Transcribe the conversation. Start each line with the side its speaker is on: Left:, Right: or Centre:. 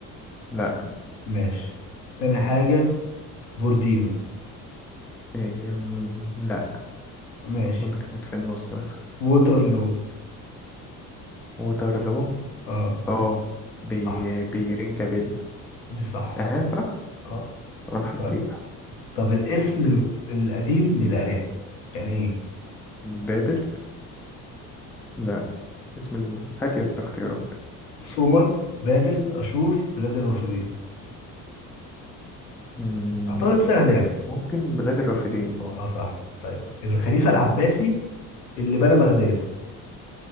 Centre: لأ
Left: ماشي تاني حاجه بورديلو
Centre: إيه مم، لأ
Left: ماشي
Centre: أظن كانت في النص مثلا
Left: ووترلو
Centre: وترلو
Left: اه
Centre: اه بي...
Left: صح
Centre: بيرينجا بيل
Left: دي صح
Centre: اها صح
Left: اه
Centre: انا حسيت
Left: طيب
Centre: حسيت
Left: طب الاسم ال- القديم للعراق كان ايه
Centre: بابل لا اسم ال... هات يا اسطى اختيارات
Left: سومر بابل اشور بلاد الرافدين
Centre: مم،
Left: اعتقد سهل يعني
Centre: ممكن بلاد الرافدين اه
Left: اه صح طيب الخليفه العباسي اللي بنى بغداد